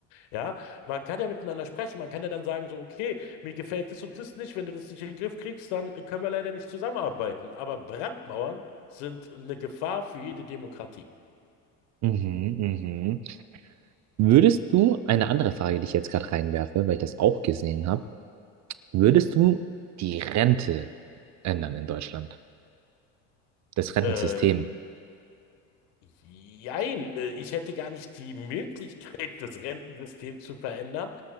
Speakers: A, on the left (about 65°); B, on the right (about 40°).
A: Ja, man kann ja miteinander sprechen. Man kann ja dann sagen so, okay, mir gefällt das und das nicht. Wenn du das nicht in den Griff kriegst, dann können wir leider nicht zusammenarbeiten. Aber Brandmauern sind eine Gefahr für jede Demokratie.
B: Mhm, mhm. Würdest du, eine andere Frage, die ich jetzt gerade reinwerfe, weil ich das auch gesehen habe, würdest du die Rente ändern in Deutschland? Das Rentensystem?
A: Äh, Jein, äh, ich hätte gar nicht die Möglichkeit, das Rentensystem zu verändern,